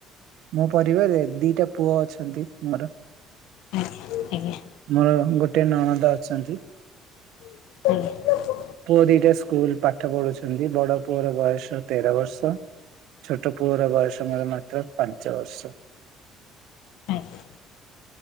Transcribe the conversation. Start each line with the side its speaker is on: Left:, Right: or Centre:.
Right: ମୋ ପରିବାର ଦିଟା ପୁଅ ଅଛନ୍ତି ମୋର।
Left: ଆଜ୍ଞା ଆଜ୍ଞା
Right: ମୋର ଗୋଟେ ନଣଦ ଅଛନ୍ତି।
Left: ଆଜ୍ଞା।
Right: ପୁଅ ଦିଟା ସ୍କୁଲ ପାଠ ପଢୁଛନ୍ତି ବଡ ପୁଅର ବୟସ ତେର ବର୍ଷ। କଣ ଛୋଟ ପୁଅର ବୟସ ମୋର ମାତ୍ର ପାଞ୍ଚ ବର୍ଷ।
Left: ଆଜ୍ଞା।